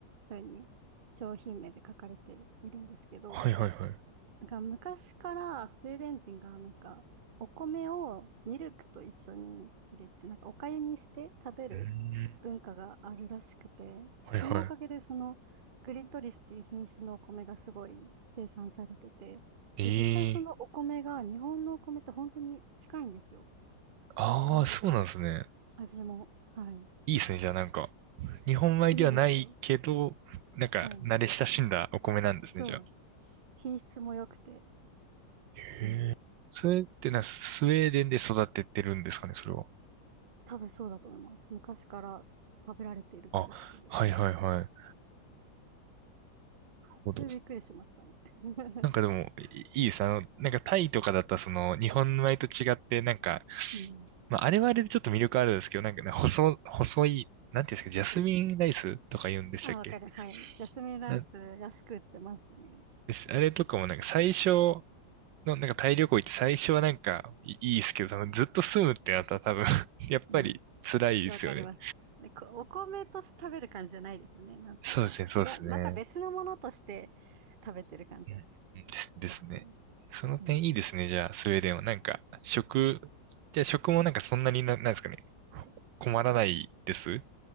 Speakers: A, on the right; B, on the right.
A: 風に商品名で書かれているんですけど、
B: はいはいはい。う
A: なんか昔からスウェーデン人がなんかお米をミルクと一緒に入れてなんかお粥にして食べる文化があるらしくて、
B: ーん。はいは
A: そのおかげでそのグリトリスっていう品種のお米がすごい生産されてて、
B: い。ええー
A: で実際そのお米が日本のお米と本当に近いんですよ。
B: ああ、
A: 食感とか
B: そうなんですね。
A: 味も。はい。
B: いいですね。じゃあなんか、日本米ではないけど、
A: いいですよ。
B: なんか、
A: はい。
B: 慣れ親しんだお米なんですね、
A: そう。
B: じゃあ。
A: 品質も良くて。
B: へえそれってな、
A: はい。実
B: スウェーデンで育ててるんですかね、それは。
A: 多分そうだと思います。昔から食べられているということで。
B: あ、はいはいはい。なるほど。
A: それびっくりしましたね。<laughs>
B: なんかでも、いいいさ、あの、なんかタイとかだったらその、日本米と違って、なんか、
A: うん。
B: まあ、あれはあれでちょっと魅力あるんですけど、なんかね、細、細い、なんていうんですか、ジャスミンライスとか言うんでしたっけ
A: そう。あ、わかります。はい。ジャスミンライス安く売ってますね。
B: なんです。あれとかもなんか最初の、なんかタイ旅行行って最初はなんかいいいですけど、そのずっと住むってなったら多分 <laughs> やっぱり辛いですよね。
A: うん。わかります。でこお米として食べる感じじゃないですよね。なんていうか。
B: そうですね、そうですね。
A: 違う。また別のものとして食べてる感じだし。
B: うんうんです
A: ジ
B: <laughs> ですね。
A: ャスミン。
B: その点いいですね。
A: うん。
B: じゃあ、スウェーデンは。なんか、食、じゃあ食もなんかそんなにな、なんですかね。困らないです。う